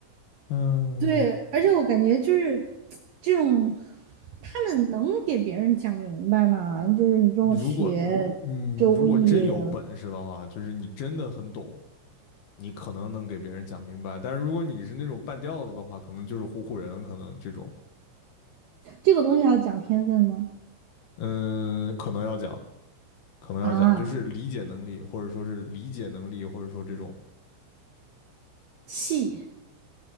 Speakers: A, on the left; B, on the right.
A: 嗯，
B: 对，而且我感觉就是这种，他们能给别人讲明白吗？就是你这种学周易的，
A: 如果你如果真有本事的话，就是你真的很懂，你可能能给别人讲明白。但是如果你是那种半吊子的话，可能就是唬唬人，可能这种，
B: 这个东西要讲天分吗？
A: 嗯，可能要讲。可能要讲，
B: 啊，
A: 就是理解能力，或者说是理解能力，或者说这种
B: 气，